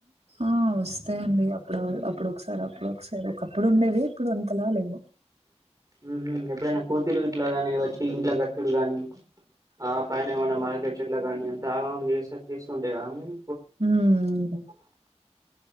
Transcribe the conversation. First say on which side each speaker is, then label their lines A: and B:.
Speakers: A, on the right; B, on the right.
A: ఆ వస్తాయండి అప్పుడు అప్పుడు ఒకసారి అప్పుడు ఒకసారి ఒకప్పుడు ఉండేవి ఇప్పుడు అంతలా లేవు
B: మ్ హూ ఎప్పుడైనా కోతులు ఇట్లాగాని వచ్చి ఇంట్లో డు కాని ఆ పైన ఏమన్నా మార్కెట్ చెట్లా కానీ అంత ఆగం ఆగం చేసుంటాయి కదా మేడం
A: హ్మ్